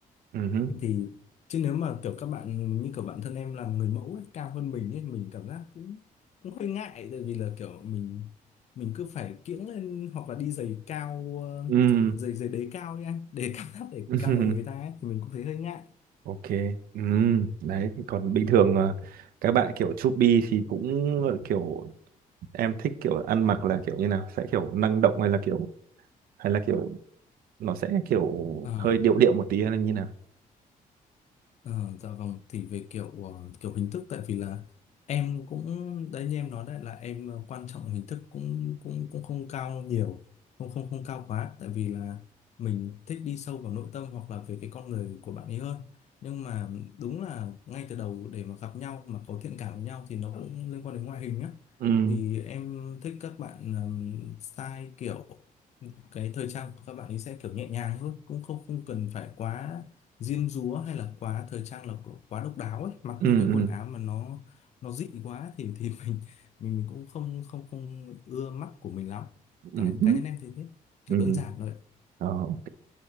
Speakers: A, on the right; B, on the left.
A: ừ hứ,
B: thì chứ nếu mà kiểu các bạn như kiểu bản thân em làm người mẫu ấy, cao hơn mình ấy mình cảm giác cũng cũng hơi ngại tại vì là kiểu mình mình cứ phải kiễng lên hoặc là đi giày cao ờ,
A: ừ
B: giày giày đế cao nha để <laughs> cảm giác để
A: ừ <laughs>
B: cao bằng người ta ấy, thì mình cũng thấy hơi ngại
A: ok ừ đấy còn bình thường ờ, các bạn kiểu chubby thì cũng ờ, kiểu em thích kiểu ăn mặc là kiểu như nào sẽ kiểu năng động hay là kiểu hay là kiểu nó sẽ kiểu
B: dạ
A: hơi điệu điệu một tí hay là như nào
B: Ờ, dạ vâng thì về kiểu ờ, kiểu hình thức tại vì là em cũng đấy như em nói đấy là em ờ, quan trọng hình thức cũng cũng cũng không cao nhiều không không không cao quá tại vì là mình thích đi sâu vào nội tâm hoặc là về cái con người của bạn ấy hơn nhưng mà đúng là ngay từ đầu để mà gặp nhau mà có thiện cảm với nhau thì nó cũng liên quan đến ngoại hình á
A: ừ
B: thì em thích các bạn ừm, style kiểu cái thời trang của các bạn ấy sẽ kiểu nhẹ nhàng thôi cũng không không cần phải quá diêm dúa hay là quá thời trang là kiểu quá độc đáo ấy mặc
A: ừ
B: những cái
A: ừ
B: quần áo mà nó nó dị quá thì thì <laughs> mình mình mình cũng không không không ưa mắt của mình lắm
A: Ừ,
B: cá
A: ừ,
B: cá nhân em thì thế kiểu
A: ừm,
B: đơn giản thôi ạ.
A: ờ, ô